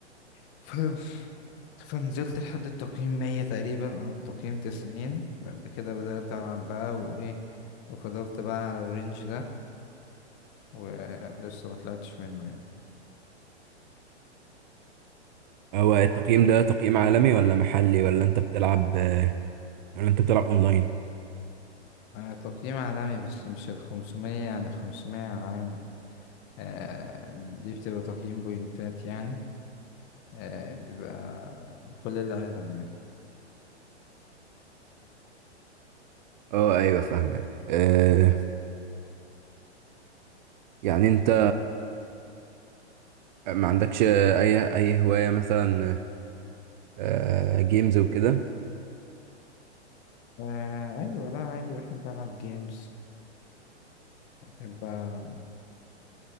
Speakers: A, on the left; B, on the right.
A: <laughs> ف... فنزلت لحد التقييم 100 تقريبا أو التقييم 90 بعد كده بدأت ألعب بقى وإيه وفضلت بقى على الرينج ده ولسه ما طلعتش منه يعني
B: هو التقييم ده تقييم عالمي ولا محلي ولا انت بتلعب ولا انت بتلعب اونلاين
A: آه، تقييم عالمي بس مش الخمسمية يعني الخمسمية على العالم آه، دي بتبقى تقييم بوينتات يعني آه، بيبقى كل العالم يعني
B: اه ايوه فاهمك آه يعني انت ما عندكش اي اي هواية مثلا آه جيمز وكده
A: آه، أيوة لا عادي بحب ألعب جيمز بحب آه،